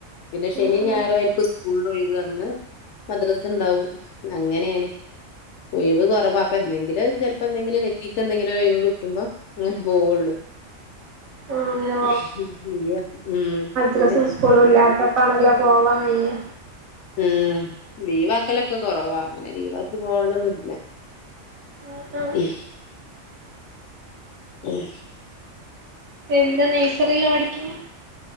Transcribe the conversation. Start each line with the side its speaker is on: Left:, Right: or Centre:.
Left: പിന്നെ ശനി
Right: ഉം ഉം
Left: ഞായറും ആയിരിക്കും സ്കൂൾ ഒഴിവ് ഒന്ന് മദ്രസ ഉണ്ടാകും അങ്ങനെയാണ് ഒഴിവ് കുറവാ അപ്പോ എന്തെങ്കിലും ചിലപ്പോൾ എന്തെങ്കിലും ലക്കി എന്തെങ്കിലും ഒരു ഒഴിവ് കിട്ടുമ്പോ പോകുകയുള്ളൂ
Right: ആഹ് അങ്ങനെ
Left: <unintelligible>
Right: ദ്രസാ സ്കൂൾ ഇല്ലാത്തപ്പോൾ ആണല്ലോ പോകാൻ കഴിയുക
Left: ഉഠ ലീവ് ആക്കലൊക്കെ കുറവാ അങ്ങനെ ലീ വാക്കി പോകാ നൊന്നുമില്ല
Right: ആഹ് ആഹ്
Left: ഉം ഉം
Right: എന്താ നൊഴ്സറി ലാ പഠിക്കണ